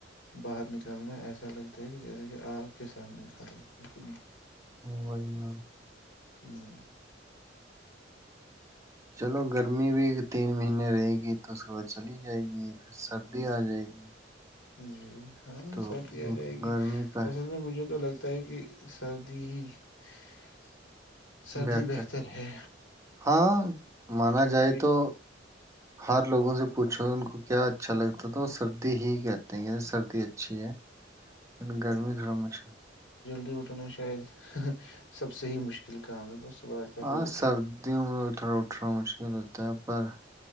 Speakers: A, on the left; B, on the right.
A: باہر نکالنا ایسا لگتا ہے کہ جیسے کہ آگ کے سامنے ن کالی نہیں
B: ہو وہج ن
A: ہوں
B: لو گرمی بھی تین مہینے رہے گی تو اس کے بعد چلی جائے گی پھر سردی آ جائے گی
A: جی <unintelligible> ہاں
B: تو
A: سب بھی آ جائے گی
B: گرمی کا
A: اصل میں مجھے تو لگ <unintelligible> پے کہ سردی ہی <unintelligible> سردی
B: بہتر
A: ہے
B: ہاں مانا
A: کیونکہ
B: جائے تو ہر لوگوں سے پوچھو ان کو کیا اچھا لگتا تھا وہ سردی ہی کہتے ہیں کہ <unintelligible> سردی اچھی ہے اور گرمی تھوڑا مشہور <unintelligible>
A: لوٹنا شاید <unintelligible> سب سے ہی مشکل کام ہے بس <unintelligible>
B: ہاں
A: اٹھے
B: سردیوں میں اٹھرا اٹ رہا مشل ہوتا ہے پر